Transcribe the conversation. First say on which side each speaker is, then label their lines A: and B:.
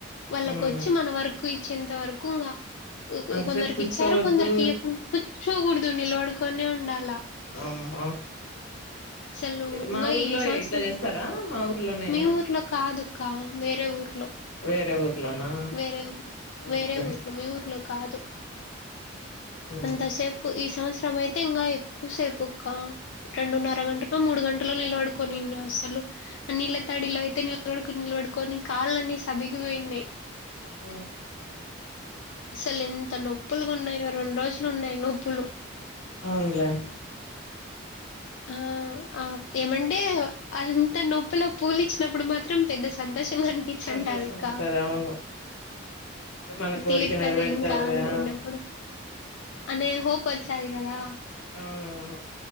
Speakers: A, on the left; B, on the left.
A: వాళ్ళకొచ్చి
B: ఉమ్
A: మన వరకు ఇచ్చేంత వరకు ఇంకా
B: అంతసేపు
A: కొందరికి
B: కూర్చోవద్దు
A: ఇచ్చారు కొందరికి ఇయకుం కూర్చోకూడదు నిలబడుకొనే ఉండాలా
B: అమ్మ
A: అసలు
B: మా
A: ఇంగా
B: ఊర్లో
A: ఈ సంవత్సరం
B: ఇట్లా చేస్తారా మా ఊర్లోనే
A: మీ ఊర్లో కాదుక్క వేరే ఊర్లో
B: వేరే ఊర్లోనా
A: వేరే ఊ వేరే
B: ఓకే
A: ఊర్లో మీ ఊర్లో కాదు
B: ఉమ్
A: అంత సేప్ ఈ సంవత్సరం అయితే ఇంకా ఎక్కువసేపుక్క రెండున్నర గంటలో మూడు గంటలో నిలబడు కొని అసలు ఆ నీళ్ళ తాడిలో అయితే నిలబడికొని నిలబడుకొని కాళ్ళన్ని సబగిపోయిన్నయ్
B: ఊ
A: అసలు ఎంత నొప్పులుగా ఉన్నాయో రెండు రోజులు ఉన్నాయి నొప్పులు
B: అవునులే
A: ఆ ఆ ఏమంటే అంత నొప్పిలో పూలిచ్చినప్పుడు మాత్రం పెద్ద సంతోషంగానిపి చంటదిక
B: సంతోషం ఉంటది అవును అంటే మన కోరిక
A: తీర్తంది
B: నెరవేరుతది
A: ఇంకా అనుకుండే
B: ఆ
A: అప్పుడు అనే హోప్ వచ్చాది కదా
B: అవునవును